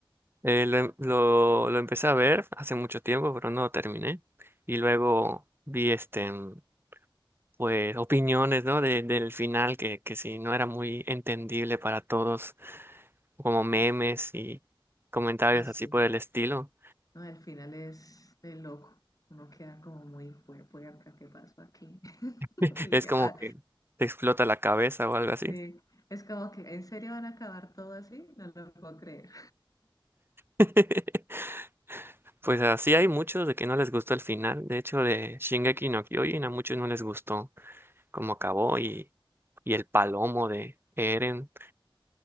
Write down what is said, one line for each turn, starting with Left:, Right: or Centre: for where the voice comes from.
Right: Eh, lo, em- lo, lo empecé a ver hace mucho tiempo, pero no lo terminé. Y luego vi este. mm, pues opiniones, ¿no? De- del final que, que sí no era muy entendible para todos, como memes y comentarios
Left: No, sí.
Right: así por el estilo.
Left: No, el final es de loco. Uno queda como muy cuerpo y acá ¿qué pasó aquí? <laughs>
Right: <laughs>
Left: Y,
Right: Es como
Left: ah,
Right: que te explota la cabeza o algo así.
Left: sí, es como que, ¿en serio van a acabar todo así? No lo puedo creer.
Right: <laughs> Pues así hay muchos de que no les gustó el final. De hecho, de Shingeki no Kyojin a muchos no les gustó cómo acabó y, y el palomo de Eren.